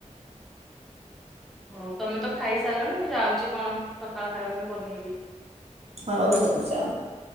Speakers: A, in the centre; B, on the right.
A: ହଉ ତମେ ତ ଖାଇ ସାରିଲଣି ମୁଁ ଯାଉଛି କଣ ସକାଳ ଖାଇବା ପାଇଁ ବନେଇବି।
B: ହଉ
A: ରଖୁଛି।
B: ହଉ ଜାଆନ୍ତୁ । <inaudible>